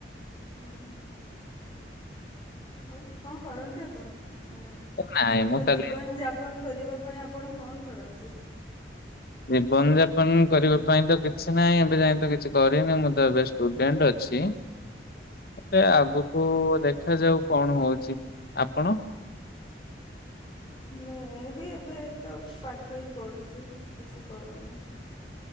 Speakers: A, on the left; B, on the left.
A: ଓହୋ ଆଉ କଣ କରନ୍ତି ଆପଣ ମାନେ?
B: ନାଇଁ
A: ଆପଣଙ୍କ
B: ମୁଁ କାଲି
A: ଜୀବନ ଯାପନ କରିବା ପାଇଁ ଆପଣ କଣ କରନ୍ତି?
B: ଜୀବନ ଯାପନ କରିବା ପାଇଁ ତ କିଛି ନାହିଁ ଏବେ ଯାଏତ କିଛି କରିନି ମୁଁ ତ ଏବେ ଷ୍ଟୁଡେଣ୍ଟ ଅଛି।
A: <unintelligible>
B: ଏବେ ଆଗକୁ ଦେଖାଯାଉ କଣ ହଉଛି ଆପଣ?
A: ମୁଁ ବି ଏବେ ତ ପାଠ ହି ପଢ଼ୁଛି କିଛି କରୁନି।